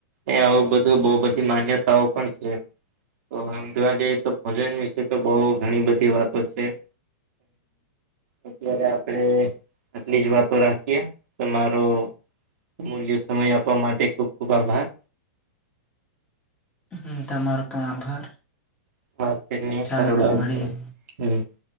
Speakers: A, on the right; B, on the left.
A: એ આવું બધું બહુ બધી માન્યતાઓ પણ છે. તો આમ જોવા જઈએ તો ભોજન વિશે તો બહ ઘણી બધી વાતો છે. <inaudible> અત્યારે આપડે આટલી જ વાતો રાખીએ કે મારો અમૂલ્ય સમય આપવા માટે ખુબ ખુબ આભાર.
B: હ તમારો પણ આભાર
A: હ
B: ચાલો તો
A: <inaudible>
B: મળીએ